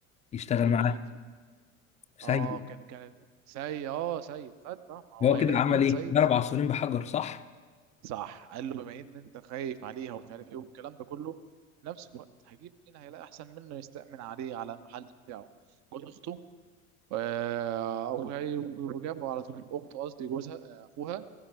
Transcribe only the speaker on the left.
يشتغل
معاه
في
سيد
هو
كده عمل
ايه
ضرب عصفورين بحجر صح